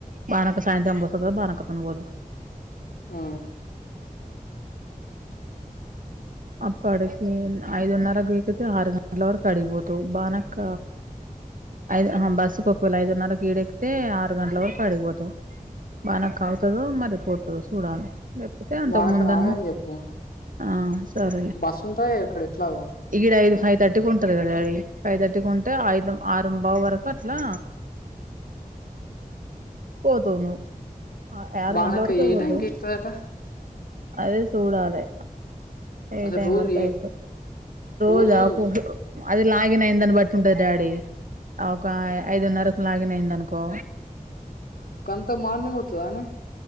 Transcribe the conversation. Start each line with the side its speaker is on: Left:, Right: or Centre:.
Right: బానక సాయంతం అ పోస బానక తం పోదు
Left: ఆ
Right: అప్పటికి ఐదున్నరకి వీకితే ఆరు గంటల వరకు అడికిపోతవ్ బానక్క ఐదు ఆహా బస్సుకి ఒకవేళ ఐదున్నరకు ఈడ ఎక్కితే ఆరు గంట్ల వరకు అడికిపోతవ్ బానకవుతుదు మరిపోతు సూడాలె లేకపోతే అంతకు
Left: బానక్క
Right: ముందన్న
Left: రాదని చెప్పు
Right: ఆ సరే లే
Left: బస్సు ఉంటాయి ఇక్కడ ఎట్లాగో
Right: ఈడ ఐదు ఫై థర్టీకి ఉంటుందిగా డాడీ ఫైవ్ థర్టీకి ఉంటే ఐదు ఆరుంబావు వరకు అట్లా పోతావు నువ్వు ఆరు
Left: బానక్క
Right: గంటల వరకే
Left: ఏ
Right: పోతావు
Left: టైం కి ఎక్కువ కదా
Right: అదే సూడాలే ఏ
Left: అసలు
Right: టైమ్
Left: రోజు
Right: వర్కా
Left: ఏ
Right: అయితాదో రోజ
Left: రోజు
Right: పో ఓహో అది లాగిన్ అయిందని బట్టి ఉంటది డాడీ ఒక ఐదున్నరకు లాగిన్ అయిండనుకో
Left: కంత మార్నింగ్ వత్తదానే